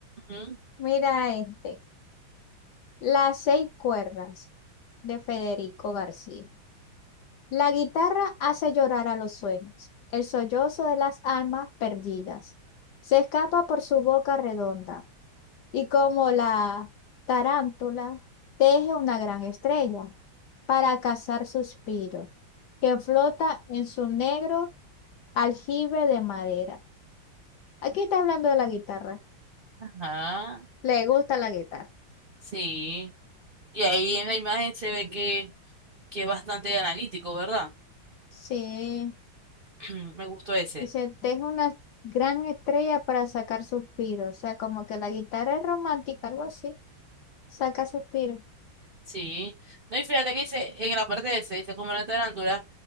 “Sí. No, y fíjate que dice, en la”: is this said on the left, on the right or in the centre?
Right